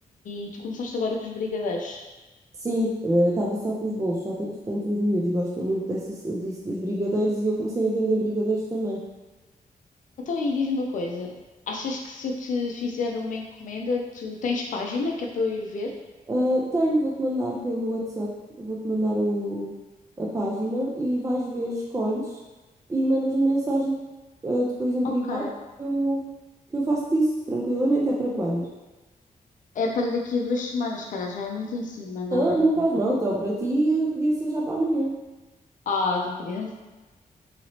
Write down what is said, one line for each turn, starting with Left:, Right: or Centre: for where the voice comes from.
Left: e tu começaste agora com os brigadeiros.
Right: Sim, eu estava só com os bolos, só que entretanto os miúdos gostam muito dessa, disso dos brigadeiros e eu comecei a vender brigadeiros também.
Left: Então aí diz-me uma coisa: achas que se eu te fizer uma encomenda, tu tens página que é para eu ir ver?
Right: Ah, tenho, vou-te mandar pelo WhatsApp, vou-te mandar o, a página e vais ver, escolhes e mandas-me mensagem. Ah, depois em privado
Left: Ok.
Right: eu, que eu faço-te isso tranquilamente, é para quando?
Left: É para daqui a duas semanas, cara, já é muito em cima, não,
Right: Não,
Left: Rita?
Right: não faz mal, então para ti eh, podia ser já para amanhã.
Left: Ah, tão querida.